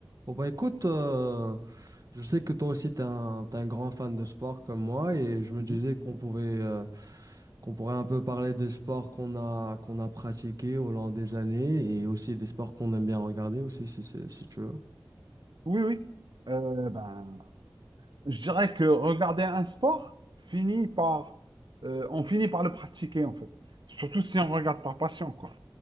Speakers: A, on the right (about 45°); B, on the right (about 65°).
A: Bon bah écoute, euh, je sais que toi aussi t'es un, t'es un grand fan de sport comme moi et je me
B: Mhm.
A: disais qu'on pouvait euh, qu'on pourrait un peu parler des sports qu'on a qu'on a pratiqués au long des années et aussi des sports qu'on aime bien regarder aussi si, si, si tu veux.
B: Oui, oui. Euh, ben, je dirais que regarder un sport finit par, euh, on finit par le pratiquer en fait. Surtout si on regarde par passion, quoi.